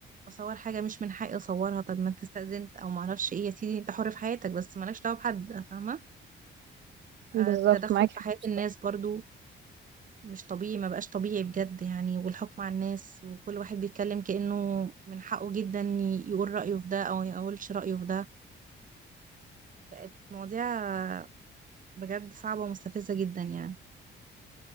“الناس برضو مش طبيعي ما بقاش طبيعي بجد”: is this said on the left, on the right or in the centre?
Right